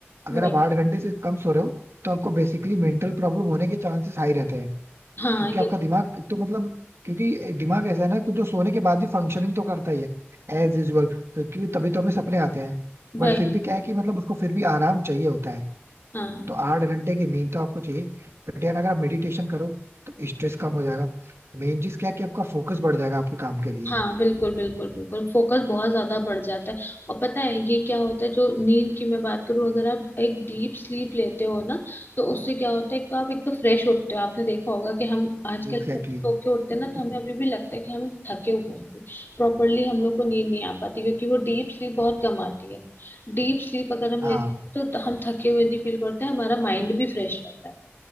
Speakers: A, on the right; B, on the left.
A: अगर
B: वही
A: आप आठ घंटे से कम सो रहे हो तो आपको बेसिकली मेंटल प्रॉब्लम होने के चांसेस हाई रहते हैं
B: हाँ
A: क्योंकि
B: ये
A: आपका दिमाग एक तो मतलब क्योंकि दिमाग ऐसा है ना कि जो सोने के बाद भी फंक्शनिंग तो करता ही है एज यूजल क्योंकि तभी तो हमें सपने आते हैं बट
B: वही
A: फिर भी क्या है कि मतलब उसको फिर भी आराम चाहिए होता है
B: हाँ
A: तो आठ घंटे की नींद तो आपको चाहिए बट यार अगर आप मेडिटेशन करो तो स्ट्रेस कम हो जाएगा मेन चीज क्या है कि आपका फोकस बढ़ जाएगा आपके काम के लिए
B: हाँ बिल्कुल बिल्कुल बिल्कुल फोकस बहुत ज्यादा बढ़ जाता है और पता है ये क्या होता है जो नींद की मैं बात करूँ अगर आप एक डीप स्लीप लेते हो ना तो उससे क्या होता है एक तो आप एक तो फ्रेश उठते हो आपने देखा होगा कि हम आजकल
A: Exactly
B: सो
A: exactly.
B: के उठते हैं ना तो हमें अभी भी लगता है कि हम थके हुए हैं प्रॉपरली हम लोग को नींद नहीं आ पाती क्योंकि वो डीप स्लीप बहुत कम आती है डीप स्लीप अगर हम
A: हाँ
B: लेते हैं तो, तो हम थके हुए नहीं फील करते हैं, हमारा माइंड भी फ्रेश रहता है